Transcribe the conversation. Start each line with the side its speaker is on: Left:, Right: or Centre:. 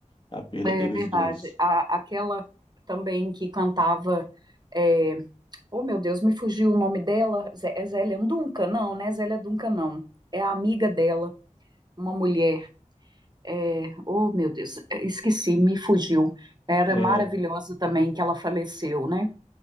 Left: a perda
Right: é
Left: deles
Right: verdade.
Left: dois.
Right: A, aquela também que cantava é, Oh, meu Deus, me fugiu o nome dela. Zé- É Zélia Duncan? Não, né? Zélia Duncan, não. É a amiga dela, uma mulher. É... Oh, meu Deus, é, esqueci, me fugiu. Era
Left: É,
Right: maravilhosa também que ela faleceu, né?